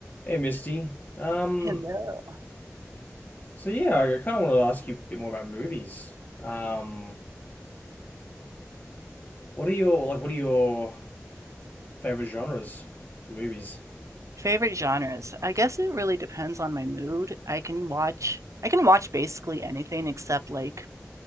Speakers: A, on the left; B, on the right.
A: Hey Misty. Um,
B: Hello.
A: so yeah, I, I kind of wanted to ask you a bit more about movies. Um, what are your like what are your favorite genres for movies?
B: Favorite genres. I guess it really depends on my mood. I can watch I can watch basically anything except like